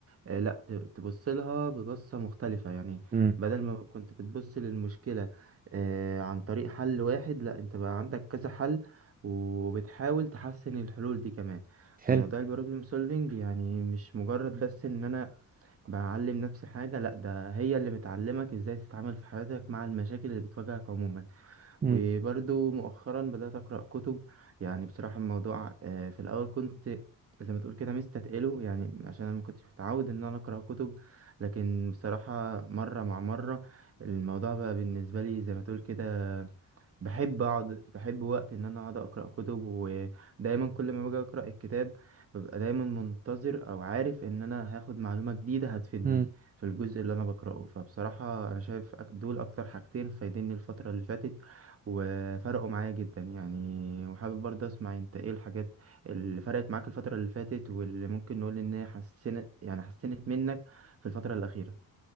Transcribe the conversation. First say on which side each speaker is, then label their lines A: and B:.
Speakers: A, on the right; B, on the right.
A: آه، لا ت- تبص لها ببصة مختلفة يعني
B: امم
A: بدل ما كنت بتبص للمشكلة آه، عن طريق حل واحد لا انت بقى عندك كذا حل وبتحاول تحسن الحلول دي كمان فموضوع
B: حلو
A: البروبلم سولفينج يعني مش مجرد بس ان انا بعلم نفسي حاجة لا ده هي اللي بتعلمك ازاي تتعامل في حياتك مع المشاكل اللي بتواجهك عموما
B: امم
A: وبرضو مؤخرا بدأت أقرأ كتب يعني بصراحة الموضوع آه، في الأول كنت زي ما تقول كده مستثقله يعني عشان أنا ما كنتش متعود إن أنا أقرأ كتب لكن بصراحة مرة مع مرة الموضوع بقى بالنسبة لي زي ما تقول كده بحب اقعد بحب وقت ان انا اقعد اقرا كتب ودايما كل ما باجي اقرا الكتاب ببقى دايما منتظر او عارف ان انا هاخد معلومه جديده هتفيدني
B: امم
A: في الجزء اللي انا بقراه فبصراحه انا شايف أك- دول اكتر حاجتين فايديني الفتره اللي فاتت وفرقوا معايا جدا يعني وحابب برضه اسمع انت ايه الحاجات اللي فرقت معاك الفتره اللي فاتت واللي ممكن نقول ان هي حسنت يعني حسنت منك في الفتره الاخيره